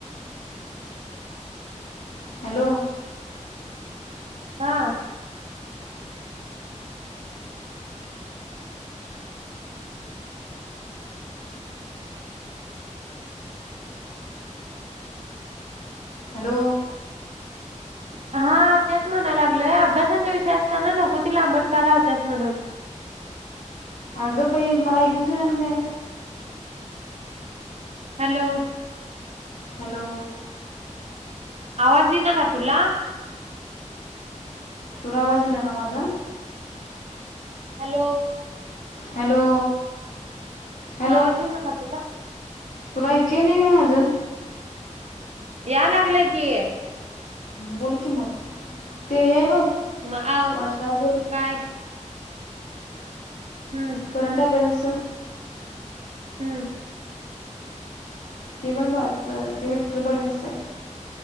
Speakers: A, on the left; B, on the right.
A: हॅलो
B: हा
A: हॅलो,
B: हा तेच म्हणा लागलोय अभ्यासाचा विषय असताना नकु ती लांबडका लावतस म्हणून.
A: आगं बई मला ऐकूच ये ना म्हणलं.
B: Hello,
A: hello.
B: आवाज ये ना का तुला?
A: तुला आवाज ना का माझा?
B: हॅलो,
A: हॅलो, हॅलो
B: आवाज येना का तुला?
A: तुला ऐकेली नि माझं.
B: या लागलंय की,
A: बोल की मग ते हे बघ.
B: मग आव,
A: व्हॉट्सॲपवर
B: काय? हम्म
A: करंट अफेअर्स. त्त
B: हम्म.
A: ते पण ब ते <unintelligible> विठट्टर बडच आहे